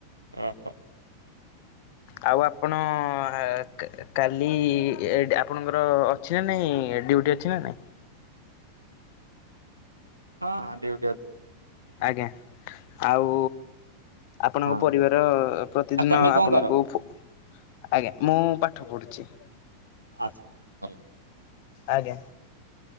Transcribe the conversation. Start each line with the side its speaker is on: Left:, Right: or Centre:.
Right: ଅହୋ।
Left: ଆଉ ଆପଣ ହେ ତେ କାଲି ଆପଣଙ୍କର ଅଛିନା ନାହିଁ ଡ୍ୟୁଟି ଅଛିନା ନାହିଁ।
Right: ହଁ ହଁ ଡ୍ୟୁଟି ଅଛି।
Left: ଆଜ୍ଞା ଆଉ ଆପଣଙ୍କ
Right: ହଁ
Left: ପରିବାର ପ୍ରତିଦିନ
Right: ଆଉ ତମେ କଣ
Left: ଆପଣଙ୍କୁ
Right: କର?
Left: ଆଜ୍ଞା ମୁଁ ପାଠ ପଢ଼ୁଛି।
Right: ଆ <unintelligible>
Left: ଆଜ୍ଞା